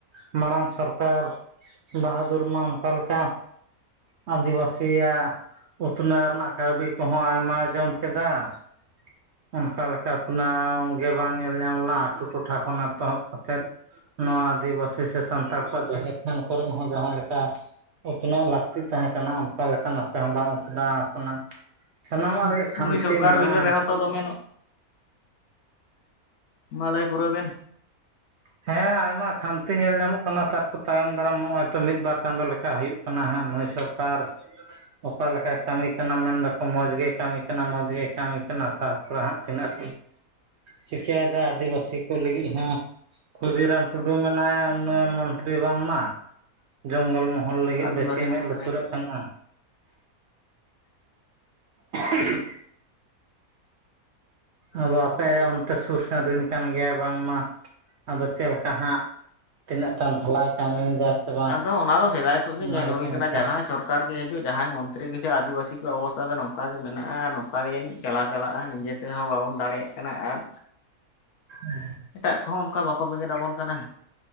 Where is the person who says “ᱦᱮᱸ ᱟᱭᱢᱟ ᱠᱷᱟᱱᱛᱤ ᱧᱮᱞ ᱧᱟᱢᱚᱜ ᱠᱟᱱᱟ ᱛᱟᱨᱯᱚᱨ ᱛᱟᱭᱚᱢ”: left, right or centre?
Right